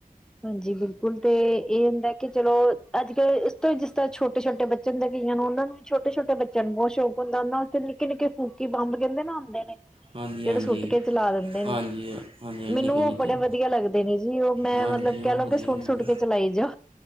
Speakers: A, in the centre; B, on the right (about 40°).
A: ਹਾਂਜੀ ਬਿਲਕੁਲ ਤੇ ਇਹ ਹੁੰਦਾ ਕਿ ਚਲੋ ਅੱਜ ਕੱਲ ਤੋਂ ਜਿਸ ਤਰ ਛੋਟੇ ਛੋੇਟੇ ਬੱਚੇ ਦੇ ਕਈਆਂ ਨੂੰ ਉਹਨਾਂ ਨੂੰ ਛੋਟੇ ਛੋਟੇੱ ਬਚਿਆਂ ਨੂੰ ਬਹੁਤ ਸ਼ੌਕ ਹੁੰਦਾ ਉ ਥ <unintelligible> ਨਿੱਕੇ-ਨਿੱਕੇ ਫੂਕੀ ਬੰਬ ਕਹਿੰਦੇ ਨਾ ਆਂਦੇ ਨੇ
B: ਹਾਂਜੀ
A: ਜਿਹੜੇ
B: ਹਾਂਜੀ
A: ਸੁੱਟ ਕੇ ਚਲਾ ਦਿੰਦੇ ਨੇ
B: ਹਾਂਜੀ ਹਾਂਜੀ
A: ਮੈਨੂੰ
B: ਨਿੱਕੇ ਨਿੱਕੇ
A: ਉਹ ਬੜੇ ਵਧੀਆ ਲੱਗ ਦੇ ਨੇ ਜੀ ਉਹ ਮੈਂ
B: ਹਾਂਜੀ
A: ਮਤਲਬ
B: ਉਹ
A: ਕਹਿ ਲਓ
B: ਵਧੀਆ
A: ਕਿ ਸੂਟ-ਸੁੱਟ
B: ਹੁੰਦੇ
A: ਕੇ ਚਲਾਈ ਜਾ